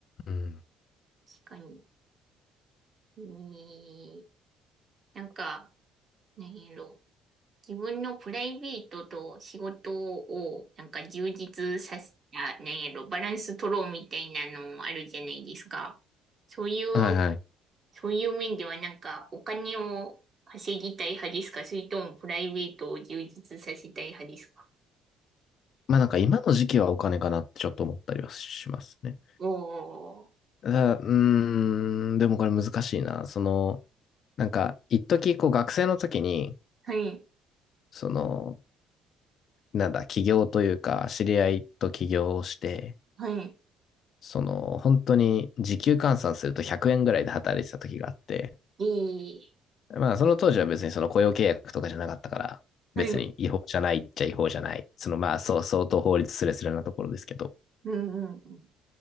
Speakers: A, on the left; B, on the right.
A: うん。
B: 確かに。えー、なんか、何やろう。自分のプライベートと仕事を、なんか充実させ、た何やろバランス取ろうみたいなのあるじゃないですか。そういう、
A: はいはい。
B: そういう面ではなんか、お金を稼ぎたい派ですかそれともプライベートを充実させたい派ですか
A: まあなんか今の時期はお金かなってちょっと思ったりはしますね。
B: おー、
A: ただ、うーん、でもこれ難しいな。その、なんか、一時こう学生の時に、
B: はい、
A: その、なんだ、起業というか、知り合いと起業をして、
B: はい、
A: その、本当に時給換算すると100円ぐらいで働いてた時があって、
B: えー、
A: まあ、その当時は別にその雇用契約とかじゃなかったから、
B: はい、
A: 別に違法じゃないっちゃ違法じゃない。
B: うん、
A: そのまあ、そう、相当法律すれすれなところですけど、
B: うん、うん、